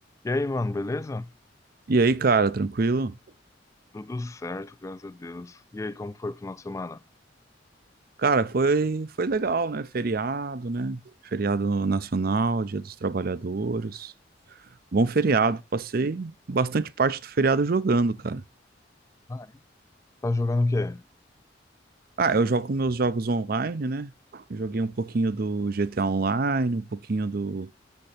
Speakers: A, on the left; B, on the right.
A: E aí, mano, beleza?
B: E aí, cara, tranquilo?
A: Tudo certo, graças a Deus. E aí, como foi o final de semana?
B: Cara, foi, foi legal, né? Feriado, né? Feriado nacional, Dia dos Trabalhadores. Bom feriado. Passei bastante parte do feriado jogando, cara.
A: Ah, é. Tá jogando o quê?
B: Ah, eu jogo meus jogos online, né? Eu Joguei um pouquinho do GTA Online, um pouquinho do,